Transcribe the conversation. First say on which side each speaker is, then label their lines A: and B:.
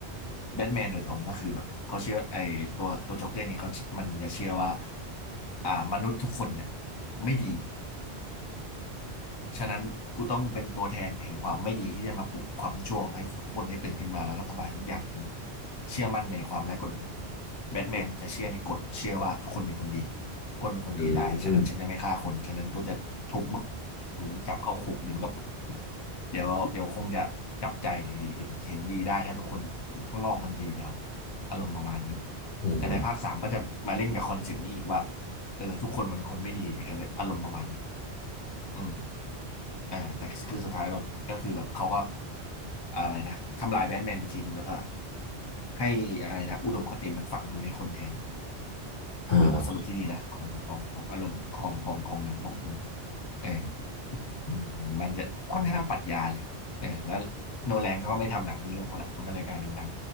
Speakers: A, on the left (about 35°); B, on the left (about 55°).
A: แบทแมนโดยตรงก็คือแบบเขาเชื่อไอ้ตัวตัวโจ็อกเกอร์นี่เขามันจะเชื่อว่าอ่ามนุษย์ทุกคนเนี่ยไม่ดี ฉะนั้นกูต้องเป็นตัวแทนแห่งความไม่ดีที่จะมาปลุกความชั่วให้ทุกคนได้ตื่นขึ้นมาแล้วก็ทำลายทุกอย่างทิ้งเชื่อมั่นในความไร้กฎหมายแบทแมนจะเชื่อในกฎเชื่อว่าทุกคนเป็นคนดีทุกคนเป็นคนดีได้ฉะนั้นฉันจะไม่ฆ่าคนฉะนั้นก็จะทุบมึ
B: อืมอืม
A: งจับเข้าคุกเดี๋ยวมันก็เดี๋ยวเดี๋ยวคงจะจับใจเห็นเห็นดีได้ถ้าทุกคนข้างนอกมันดีแล้วอารมณ์ประมาณนี้
B: อืม
A: แต่ในภาคสามก็จะมาเล่นกับคอนเซ็ปต์นี้อีกว่าเออทุกคนมันเป็นคนไม่ดีหรืออะไรอารมณ์ประมาณนี้อืม เออแต่คือสุดท้ายแบบก็คือแบบเขาก็อะไรนะทำลายแบทแมนทิ้งแล้วก็ให้อะไรนะอุดมคติมันฝังอยู่ในคนแทน
B: อ่า
A: มันเป็นบทสรุปที่ดีนะของของของอารมณ์ของของของหนังพวกนี้เอออืมมันจะค่อนข้างปรัชญาเลยเออแล้วโนแลนเขาก็ไม่ทำหนังฮีโร่ละมันก็เลยกลายเป็นหนัง